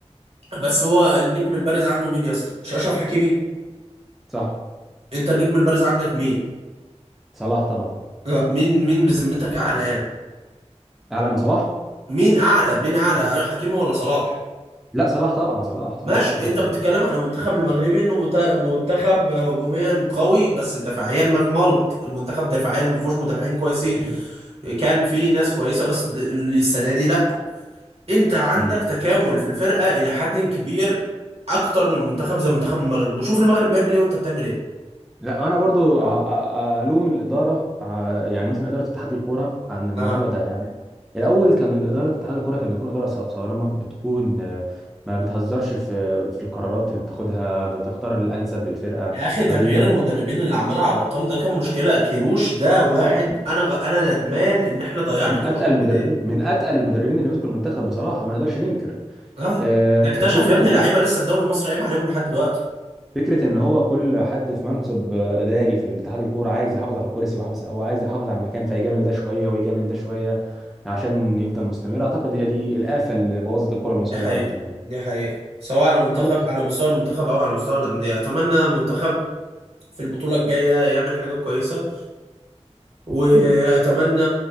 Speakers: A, on the right; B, in the centre.
A: بس هو النجم البارز عنده مين يا اسطى؟ مش اشرف حكيمي؟
B: صح
A: انت النجم البارز عندك مين
B: صلاح طبعا
A: آه، مين مين بذمتك اعلى يعني
B: اعلى من صلاح
A: مين اعلى مين اعلى حكيمي ولا صلاح
B: لا صلاح طبعا صلاح
A: ماشي
B: صلاح طبعا
A: انت بتتكلم على منتخب المغربي انه مت- منتخب هجوميا قوي بس دفاعيا ما في ملط المنتخب دفاعيا ما فيهوش مدافعين كويسين كان في ناس كويسه بس ل- السنه دي لا انت عندك
B: امم
A: تكامل في الفرقه الى حد كبير اكتر من منتخب زي منتخب المغرب وشوف المغرب بيعمل ايه وانت بتعمل ايه
B: لا انا برضو أ- أ- الوم الاداره ع- يعني مثلا اداره اتحاد الكوره عن الموضوع
A: اه
B: ده يعني الاول كان الاداره اتحاد الكوره كانت بتكون اداره ص- صارمه بتكون آه، ما بتهزرش في في القرارات اللي بتاخدها بتختار الانسب للفرقه
A: يا اخي تغيير
B: ما بي ما-
A: المدربين اللي عمال على بطال ده كان مشكله كيروش ده واحد
B: لا
A: انا غ... انا ندمان ان احنا ضيعنا
B: من
A: كيروش
B: اتقل
A: من
B: المدربين
A: ايدينا
B: من اتقل المدربين اللي مسكوا المنتخب بصراحه ما نقدرش ننكر
A: اه
B: آه،
A: ده اكتشف
B: فكره
A: يا ابني
B: ان
A: لعيبه لسه الدوري المصري قايم عليهم لحد دلوقتي
B: فكره ان هو كل حد في منصب آه، اداري في الاتحاد الكوره عايز يحافظ على الكرسي ويحافظ او عايز يحافظ على المكان فيجامل ده شويه ويجامل ده شويه عشان يفضل مستمر اعتقد هي دي الافه اللي بوظت الكره المصريه
A: دي حقيقه
B: عامه يعني
A: دي حقيقه سواء على منتخب
B: خلاص
A: على مستوى المنتخب او على مستوى الانديه اتمنى المنتخب في البطوله الجايه يعمل حاجه كويسه واتمنى